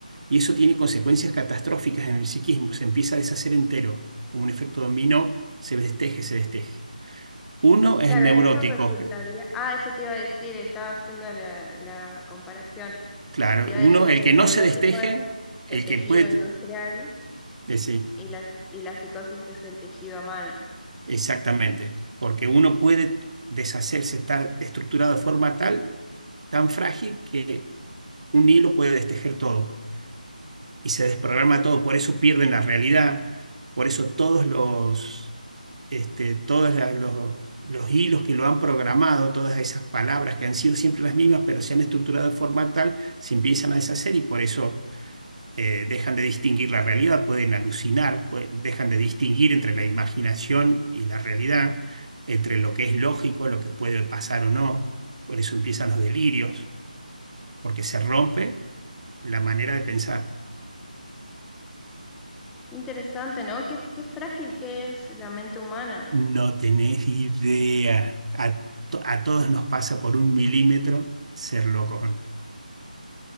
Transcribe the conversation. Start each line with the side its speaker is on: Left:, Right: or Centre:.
Right: y eso tiene consecuencias catastróficas en el psiquismo. Se empieza a deshacer entero, como un efecto dominó, se desteje, se desteje. Uno es
Centre: Claro,
Right: el neurótico,
Centre: en eso resultaría. Ah, eso te iba a decir, estaba haciendo la, la comparación.
Right: claro.
Centre: Te iba
Right: Uno,
Centre: a decir
Right: el
Centre: que el
Right: que no
Centre: neurótico
Right: se desteje,
Centre: es el,
Right: el
Centre: el tejido
Right: que puede...
Centre: industrial
Right: eh, sí.
Centre: y la, y la psicosis es el tejido humano.
Right: Exactamente, porque uno puede deshacerse, está estructurado de forma tal, tan frágil, que un hilo puede destejer todo y se desprograma todo, por eso pierden la realidad, por eso todos los, este, todos la- los, los hilos que lo han programado, todas esas palabras que han sido siempre las mismas, pero se han estructurado de forma tal, se empiezan a deshacer y por eso eh, dejan de distinguir la realidad, pueden alucinar, pue- dejan de distinguir entre la imaginación y la realidad, entre lo que es lógico, lo que puede pasar o no. Por eso empiezan los delirios, porque se rompe la manera de pensar.
Centre: Interesante, ¿no? Qué, qué frágil que es la mente humana.
Right: No tenés idea. A, to- a todos nos pasa por un milímetro ser locos. o no.